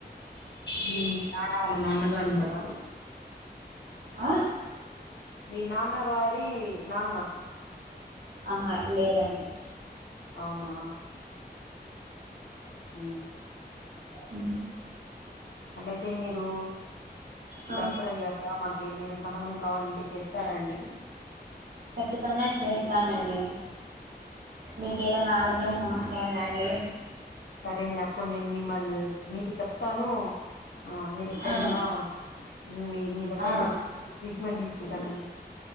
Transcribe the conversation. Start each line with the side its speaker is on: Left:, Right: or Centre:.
Left: మీ నాన్న వాళ్ళ నాన్నగారు ఉండరా
Right: ఆ
Left: మీ నాన్నగారి నాన్న
Right: ఆహా లేరండి
Left: అవునా ఉ
Right: ఉ
Left: అట్లయితే మీరు
Right: ఆ
Left: డాక్టర్ అయ్యాక మా ఏమైనా సహాయం కావాలంటే చేస్తారాండి
Right: ఖచ్చితంగా చేస్తానండి మీకు ఏదైనా ఆరోగ్య ఎం సమస్య ఐన కాని
Left: సరే అండి అప్పుడు నేను మిమ్మల్ మీకు చెప్తాను ఆ మీరు ఎక్కడున్నా
Right: ఆ
Left: మీ మీ దగ్గరకు
Right: ఆ
Left: వచ్చి ట్రీట్మెంట్ తీసుకుంటానండి